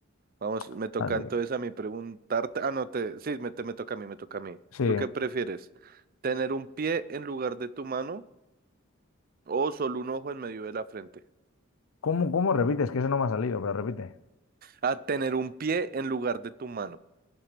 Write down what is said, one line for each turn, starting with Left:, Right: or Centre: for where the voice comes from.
Right: Vamos,
Left: <laughs>
Right: me toca
Left: Así.
Right: entonces a mí preguntarte. Ah, no, te, sí, me, te, me toca a mí, me toca a mí.
Left: Sí,
Right: ¿Tú qué prefieres? ¿Tener un pie en lugar de tu mano o solo un ojo en medio de la frente?
Left: ¿Cómo, cómo repites? Que eso no me ha salido, pero repite.
Right: Ah, tener un pie en lugar de tu mano